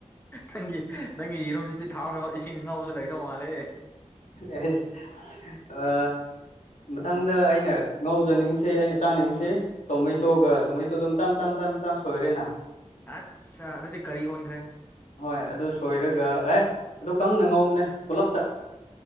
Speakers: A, on the left; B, on the left.
A: ꯅꯪꯒꯤ ꯅꯪꯒꯤ ꯌꯦꯔꯨꯝꯁꯤꯗꯤ ꯊꯥꯎꯅꯒꯥꯎ ꯏꯁꯤꯡ ꯑꯉꯥꯎꯕꯁꯨ ꯂꯩꯗꯧ ꯃꯥꯜꯂꯦ
B: ꯑꯦꯁ ꯃꯊꯪꯗ ꯑꯩꯅ ꯉꯥꯎꯖꯅꯤꯡ ꯁꯤ ꯑꯩꯅ ꯆꯥꯅꯤꯡꯁꯤ ꯇꯣꯃꯩꯇꯣꯒ ꯇꯣꯃꯩꯇꯣ ꯑꯗꯨꯝ ꯆ ꯆ ꯆ ꯆ ꯁꯣꯏꯔꯦꯅ
A: ꯑꯠꯁ ꯑꯗꯨꯗꯤ ꯀꯔꯤ ꯑꯣꯟꯈ꯭ꯔꯦ
B: ꯍꯣꯏ ꯑꯗꯨ ꯁꯣꯏꯔꯒ ꯑꯦ ꯑꯗꯨ ꯀꯪꯅ ꯉꯧꯕꯝꯅꯦ ꯄꯨꯂꯞꯇ